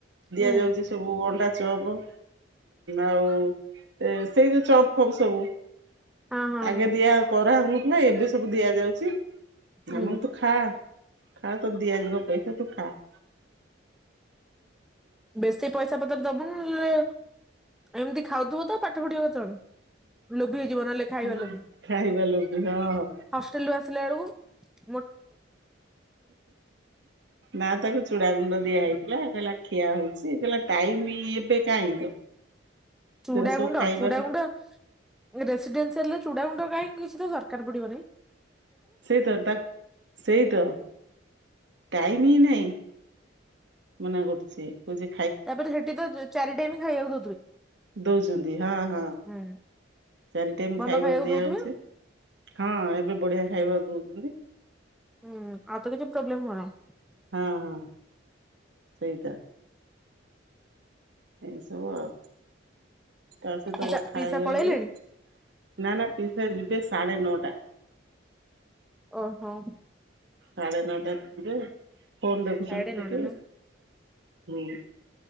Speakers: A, on the right (about 65°); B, in the centre.
A: ଦିଆଯାଉଛି
B: ହୁଁ
A: ସବୁ ଅଣ୍ଡା ଚପ ଆଉ ଏ ସେଇ ଯୋଉ ଚପ୍ ଫପ୍ ସବୁ
B: ହଁ ହଁ
A: ଆଗେ
B: ହଁ
A: ଦିଆ କରା ହଉନଥିଲା ଏବେ ସବୁ ଦିଆଯାଉଛି।
B: ହୁଁ
A: ଏମିତି ତୁ ଖା ଖା ତତେ ଦିଆ ଯିବ ପଇସା ତୁ ଖା। <inaudible>
B: ବେଶୀ ପଇସା ପତ୍ର ଦବୁନି ନହେଲେ ଏମିତି ଖାଉଥିବ ତ ପାଠ ପଢ଼ିବ କେ କେତଳେ ଲୋଭି ହେଇଯିବ ନହେଲେ ଖାଇବା
A: ହୁଁ,
B: ଲୋଭି
A: ଖାଇବା ଲୋଭି ହଁ
B: ହଷ୍ଟେଲୁ ଆସି ଲାବେଳକୁ
A: ନା ତାକୁ ଚୁଡ଼ା ଗୁଣ୍ଡ ଦିଆ ହେଇଥିଲା କହିଲା ଖିଆ ହଉ ସେ କଇଲା ଟାଇମ୍ ଏବେ କାଇଁ।
B: ଚୁଡ଼ାଗୁଣ୍ଡ
A: ସେରା ସବୁ ଖାଇବା
B: ଚୁଡ଼ାଗୁଣ୍ଡ ରେସିଡେନ୍ସିଆଲେ ଚୁଡାଗୁଣ୍ଡ କାହିଁକି କିଛି ତ ଦରକାର ପଡ଼ିବନି।
A: ସେଇ ତ ତା ସେଇ ତ। ଟାଇମି ନାହିଁ ମନା କରୁଛି। କହୁଛି
B: ତାପରେ ସେଠି ତ ଚାରି ଟାଇମ୍ ଗାଇବାକୁ ଦ
A: ଦଉଚନ୍ତି ହଁ ହଁ।
B: ହୁଁ
A: ଚାରି ଟାଇମ୍
B: ଭଲ
A: ଖାଇବାକୁ ଦିଆ
B: ଦଉଥିବେ
A: ହଉଚି ହଁ ଏବେ ବଢିଆ ଖାଇବାକୁ ଦଉଚନ୍ତି।
B: ହୁଁ ଆଉତ କିଛି ପ୍ରୋବ୍ଲେମ ହଉନି।
A: ହଁ ହଁ ସେଇଟା। ଏ ସବୁ ଆଉ। ତା ସହିତ
B: ପିସା
A: କଥା
B: ପିସା
A: ହେଇଗଲି
B: ପଳେଇଲେଣି?
A: ଟିକେ ନା ନା ପିସା ଯି ସାଢ଼େ ନଟା।
B: ଓହୋ।
A: ସାଢେ ନଅଟା ରେ ଯିବେ ଫୋନ୍ ଦେଖୁଛନ୍ତି
B: ସାଢେ
A: ସେଠି
B: ନଅଟା ନା
A: ହୁଁ।